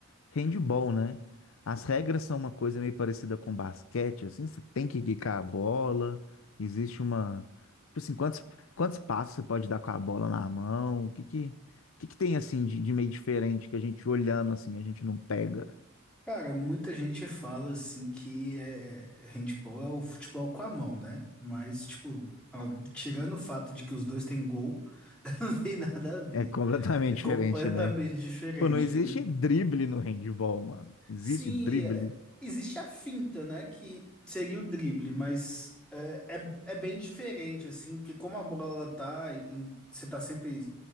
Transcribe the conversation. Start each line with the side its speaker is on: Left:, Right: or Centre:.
Left: handball, né? As regras são uma coisa meio parecida com basquete, assim, você tem que quicar a bola, existe uma... Tipo assim, quantos, quantos passos você pode dar com a bola na mão? O que que, o que que tem, assim, de, de meio diferente que a gente olhando, assim, a gente não pega?
Centre: Cara, muita gente fala assim que é, é, handball é o futebol com a mão, né? Mas, tipo, a- tirando o fato de que os dois têm gol, <laughs> não tem nada a ver.
Left: É completamente
Centre: É completamente
Left: <laughs> diferente, né?
Centre: diferente.
Left: Pô, não existe
Centre: Tem
Left: drible no handball, mano. Existe
Centre: se
Left: drible.
Centre: é, é, existe a finta, né, que seria o drible, mas é, é, é bem diferente assim, que como a bola tá, em- você tá sempre